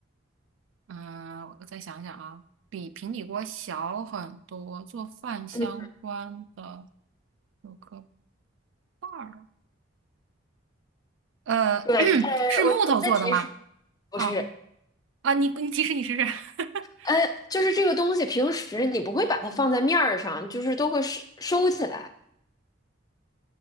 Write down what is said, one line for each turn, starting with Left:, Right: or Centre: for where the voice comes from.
Right: 嗯、我再想想啊，比平底锅小很多，做饭相关的
Left: 嗯，
Right: 有个瓣儿，呃，
Left: 对，
Right: <clears throat>
Left: 呃，
Right: 是木头做的吗？
Left: 我我再提示，不是，
Right: 啊啊，你你提示你试试，<laughs>
Left: 哎，就是这个东西，平时你不会把它放在面儿上，就是都会收收起来。